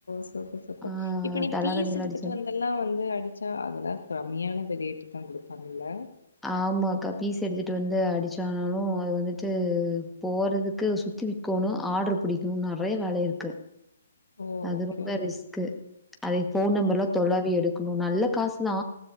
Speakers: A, on the left; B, in the centre.
A: சூப்பர் சூப்பர்
B: ஆ
A: இப்ப நீ
B: தலகாணியெல்லா
A: பீஸ் எடுத்துட்டு
B: அடிச்சு
A: வந்தெல்லா வந்து அடிச்சா அதெல்லா கிரப் கம்மியான ரேட் தா கொடுப்பாங்கல்ல
B: ஆமா அக்கா பீஸ் எடுத்துட்டு வந்து அடிச்சானாலு அது வந்துட்டு போறதுக்கு சு த்து விக்கோணு ஆடர் பிடிக்கணு நெறய வேல இருக்கு
A: ஓ!
B: அது
A: ஓகே,
B: ரொம்ப
A: ஓகே.
B: ரிஸ்கு அதை போன்
A: ம்,
B: நம்பர்லா
A: ம்.
B: தொளாவி எடுக்கணு நல்ல காசு தா